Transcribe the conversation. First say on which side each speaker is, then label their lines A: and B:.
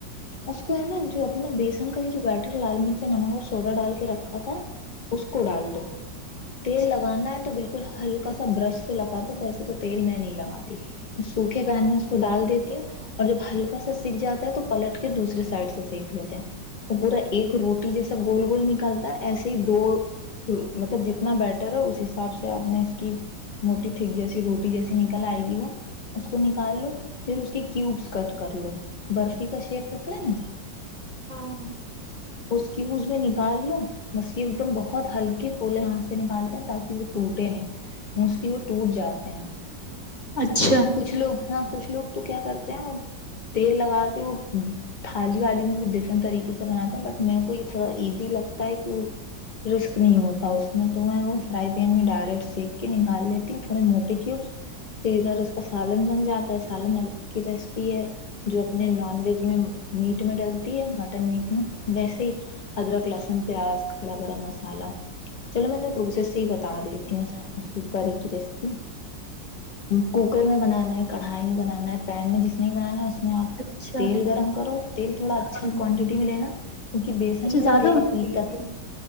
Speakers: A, on the left; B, on the left.
A: اس کو ہے نا جو اپنا بیسن کا ہی جو بیٹر لال مرچ نمک اور سوڈا ڈال کے رکھا تھا اس کو ڈال دو
B: اچھا
A: تیل لگانا ہے تو بالکل بالکل ہلکا برش وسے تو تیل میں نہیں لگاتی سوکھے پین میں اس کو ڈال دیتی ہوں اور جب ہلکا سا سکھ جاتا ہے تو پلٹ کے دوسرے سائڈ سے سیکھ لیتے ہیں وہ پورا ایک روٹی جیسا گول گول نکالتا ہے ایسے ہی دو مطلب جتنا بیٹر ہے اس حساب سے آپ نے اس موٹی تھیک جیسی روٹی جیسی نکل آئے گی وہ اس کو نکال لو پھر اس کے کیوبس کٹ کر لو برفی کا شیپ ہوتا ہے نا
B: ہاں
A: اس کی اس میں نکال لو مس ایک دم بہت ہلکے پولے ہاتھ سے نکالتے ہیں تاکہ وہ ٹوٹے نہیں موسٹلی وہ ٹوٹ جاتے ہیں
B: اچھا
A: کچھ لوگ ہاں کچھ لوگ تو کیا کرتے ہیں تیل لگا کے وہ تھالی والی میں بھی ڈفرنٹ طریقے سے بناتا ہے بٹ میرے کو یہ تھوڑا ایزی لگتا ہے کہ وہ رسک نہیں ہوتا اس میں تو میں وہ فرائی پین میں ڈائریکٹ سک کے نکال لیتی ہوں تھوڑے موٹے کیوب پھر ادھر اس کا سالن بن جاتا ہے سالن کی ریسپی ہے جو اپنے نان ویج میں میٹ میں ڈلتی ہے مٹن میٹ میں ویسے ہی ادرک لہسن پیاز کھڑا گرم مسالحہ چلو میں ت پرو سے ہی بتا دیتی ہوں اس کی گی کی ریسپی کوکر میں بنانا ہے کڑھائی میں بنانا ہے پین میں جس میں بنانا ہے اس میں اس میں آپ
B: اچھا
A: تیل گرم کرو تیل تھوڑا اچھا
B: ہاں
A: کوانٹٹی میں لینا کیونکہ بیسن
B: اچھا
A: جو
B: زیادہ
A: تیل
B: ہونا
A: پیتا
B: چاہیے تیل